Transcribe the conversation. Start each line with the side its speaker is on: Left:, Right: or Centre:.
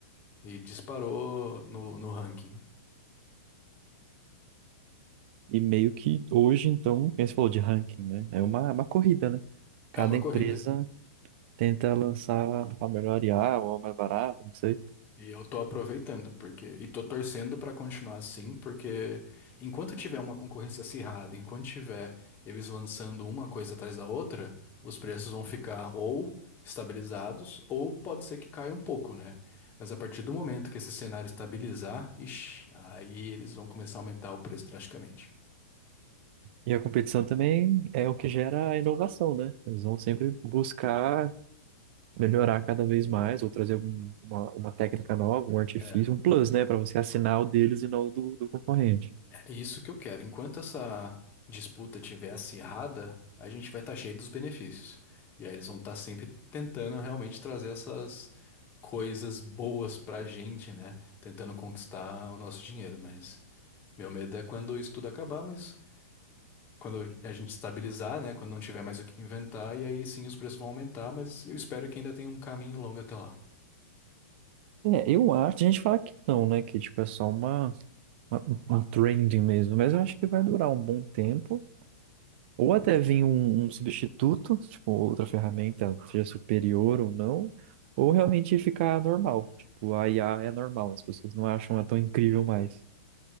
Left: e disparou no, no ranking.
Right: E meio que hoje, então, como você falou de ranking, né? É uma, uma corrida, né? Cada
Left: É uma
Right: empresa
Left: corrida.
Right: Tentar lançar a melhor IA ou a mais barata, não sei.
Left: E eu tô aproveitando, porque. E tô torcendo pra continuar assim, porque enquanto tiver uma concorrência acirrada, enquanto tiver eles lançando uma coisa atrás da outra, os preços vão ficar ou estabilizados, ou pode ser que caia um pouco, né? Mas a partir do momento que esse cenário estabilizar, ixi, aí eles vão começar a aumentar o preço drasticamente.
Right: E a competição também é o que gera a inovação, né? Eles vão sempre buscar melhorar cada vez mais ou trazer um- uma, uma técnica nova, um artifício,
Left: É.
Right: um plus, né? Para você assinar o deles e não o do, do concorrente.
Left: É isso que eu quero. Enquanto essa disputa estiver acirrada, a gente vai estar cheio dos benefícios. E aí eles vão estar sempre tentando realmente trazer essas coisas boas pra gente, né? Tentando conquistar o nosso dinheiro. Mas meu medo é quando isso tudo acabar, mas quando a gente estabilizar, né? Quando não tiver mais o que inventar, e aí sim os preços vão aumentar, mas eu espero que ainda tenha um caminho longo até lá.
Right: É, eu acho, a gente fala que não, né? Que tipo, é só uma, uma, uma trending mesmo, mas eu acho que vai durar um bom tempo. Ou até vir um, um substituto, tipo, outra ferramenta, seja superior ou não, ou realmente ficar normal. Tipo, a IA é normal, as pessoas não acham ela tão incrível mais,